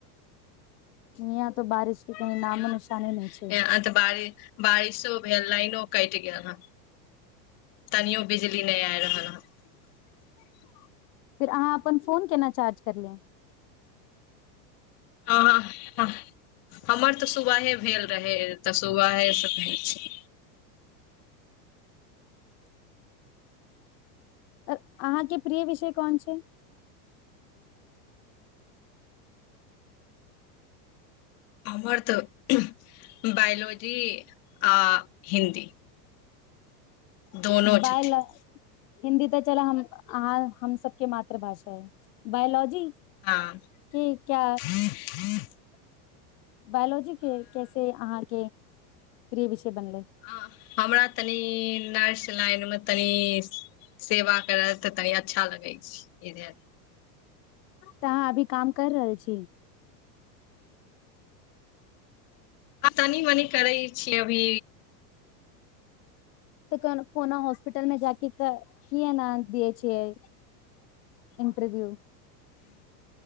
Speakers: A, on the left (about 75°); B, on the left (about 45°).
A: यहाँ तो बारिश के कहीं नामो
B: ह
A: निशाने नहि छै
B: तऽ बारी बारिश त भेल लइनो कटि गेल हे तनीयो बिजली नहि आई रहल हँ
A: फेर अहाँ अपन फोन केना चार्ज कर लिय
B: तऽ हँ हमर त सुबहे भेल रहैय सुबह से भेल छ
A: अहाँके प्रिय विषय कोन छै
B: हमर तऽ बायोलॉजी आ हिन्दी दोनो
A: बाय
B: छथिन
A: ल हिन्दी तऽ चलऽ अहाँ हम सबके मातृभाषा है बायोलॉजी
B: हँ ह
A: के क्या
B: ह
A: बायोलॉजी के कैसे अहाँके प्री विषय बनलै
B: आ हमरा तनी न लाइन मे तनी सेवा कर तऽ तनी अच्छा लगै छै इधर
A: तऽहाँ अभी काम कर रहल छी
B: हँ तनी मनि करै छियै अभी
A: तऽ को कोना होस् पिटल में जाके की एना दिय इन्टरव्यू